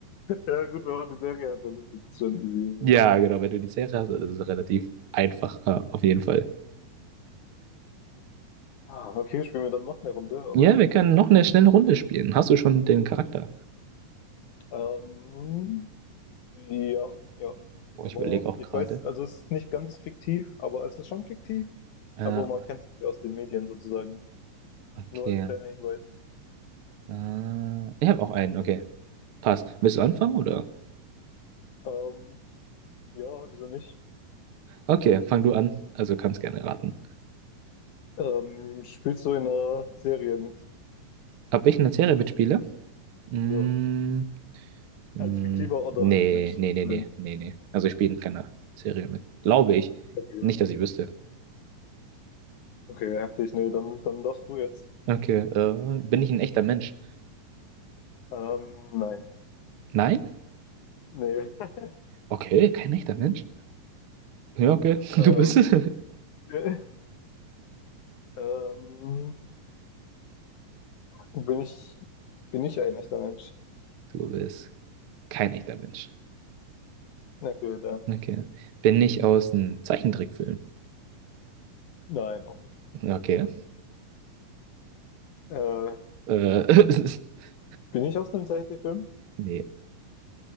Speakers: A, on the left; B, on the right.
A: Ja, gut, wenn man eine Serie hat, dann ist es schon easy.
B: Ja,
A: ne?
B: genau. Wenn du die Serie hast, dann ist es relativ einfach, ja, auf jeden Fall.
A: Ah, okay, spielen wir dann noch eine Runde, oder?
B: Ja, wir können noch eine schnelle Runde spielen. Hast du schon den Charakter?
A: Ähm, ja, ja.
B: Oh, ich
A: Aber
B: überlege auch
A: ich
B: gerade.
A: weiß, also es ist nicht ganz fiktiv, aber es ist schon fiktiv.
B: Äh,
A: Aber man kennt es nicht aus den Medien sozusagen.
B: okay.
A: Nur als kleiner Hinweis.
B: Äh, ich habe auch einen, okay. Passt. Willst du anfangen oder?
A: Ähm, ja, wieso nicht?
B: Okay, fang du an. Also kannst gerne raten.
A: Ähm, spielst du in einer Serie mit?
B: Ob ich in der Serie mitspiele? Mm,
A: Ja,
B: mm,
A: als fiktiver oder
B: nee,
A: als Mensch
B: nee,
A: sozusagen.
B: nee, nee, nee, nee. Also ich spiele in keiner Serie mit. Glaube ich.
A: Okay,
B: Nicht, dass ich wüsste.
A: okay, heftig. Nee, dann, dann darfst du jetzt.
B: Okay, äh, bin ich ein echter Mensch?
A: Ähm, nein.
B: Nein?
A: Nee. <laughs>
B: Okay, kein echter Mensch. Ja, okay, <laughs>
A: Ähm,
B: du bist es.
A: <laughs> ähm, Bin ich, bin ich ein echter Mensch?
B: Du bist kein echter Mensch.
A: Na gut, äh,
B: Okay. Bin ich aus einem Zeichentrickfilm?
A: nein, auch nicht.
B: Okay.
A: Äh,
B: Äh, <laughs>
A: bin ich aus einem Zeichentrickfilm?
B: nee.